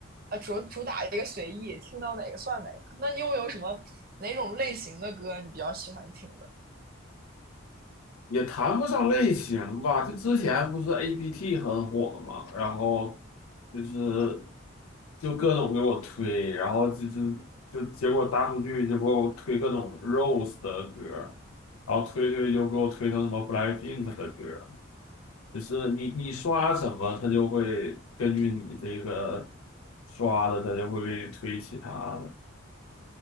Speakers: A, on the right; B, on the left.
A: 呃，主主打一个随意，听到哪个算哪个。那你又有什么哪种类型的歌你比较喜欢听的？
B: 也谈不上类型吧。就之前不是 APT 很火嘛，然后就是就各种给我推，然后就是就结果大数据就给我推各种 Rose 的歌，然后推推就给我推成什么 BLACKPINK 的歌。就是你你刷什么，它就会根据你这个刷的，它就会给你推其他的。